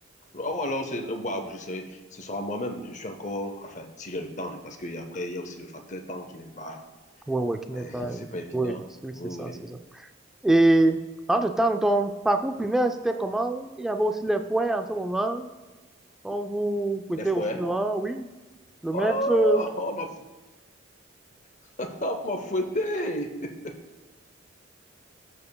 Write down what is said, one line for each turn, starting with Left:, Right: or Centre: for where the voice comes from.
Left: Oh, alors, c'est, oh, bah, je sais, ce sera moi-même. Je suis encore, enfin, si j'ai le temps, hein, parce qu'après, il y a aussi le facteur temps qui n'est pas,
Centre: Oui, oui, qui n'est
Left: eh,
Centre: pas...
Left: c'est
Centre: un-
Left: pas évident.
Centre: Oui, oui,
Left: Oui,
Centre: c'est ça, c'est
Left: oui.
Centre: ça. Et entre-temps, ton parcours primaire, c'était comment? Il y avait aussi les points en ce moment. On vous prêtait
Left: Des fois,
Centre: aussi souvent, oui. Le
Left: Oh,
Centre: maître, euh,
Left: on m'a fou- <laughs> on m'a fouetté. <laughs>